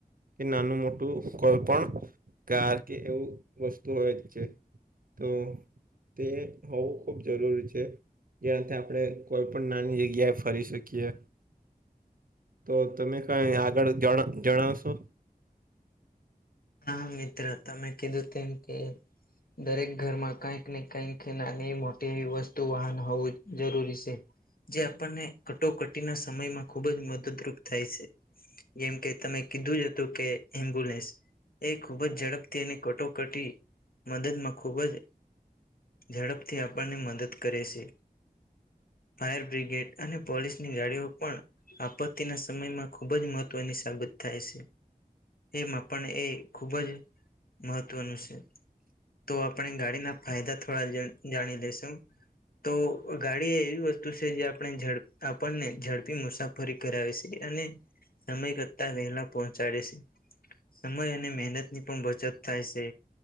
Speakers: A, on the right; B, on the left.
A: કે નાનું મોટું કોઈ પણ કાર કે એવું વસ્તુ હોય જ છે તો તે હોવું ખૂબ જરૂરી છે જેનાથી આપણે કોઈ પણ નાની જગ્યાએ ફરી શકીએ તો તમે કંઈ આગળ જણ જણાવશો
B: હા મિત્ર તમે કીધું તેમ કે દરેક ઘરમાં કંઈક ને કઈક નાની મોટી વસ્તુ વાહન હોવું જરૂરી છે. જે આપણને કટોકટીના સમયમાં ખુબ જ મદદરૂપ થાય છે. જેમ કે તમે કીધું જ હતું કે એમ્બ્યુલન્સ એ ખૂબ જ ઝડપથી અને કટોકટી મદદમાં ખૂબ જ ઝડપથી આપણને મદદ કરે છે. ફાયર બ્રિગેડ અને પોલીસની ગાડીઓ પણ આપત્તિના સમયમાં ખૂબ જ મહત્વની સાબિત થાય છે એમાં પણ એ ખુબ જ મહત્વનું છે. તો આપણે ગાડીના ફાયદા થોડા જા જાણી લેશું તો ગાડી એવી વસ્તુ છે જે આપણેડ આપણને ઝડપી મુસાફરી ફરી કરાવે છે અને સમય કરતા વહેલા પહોંચાડે છે સમય અને મહેનત ની પણ બચત થાય છે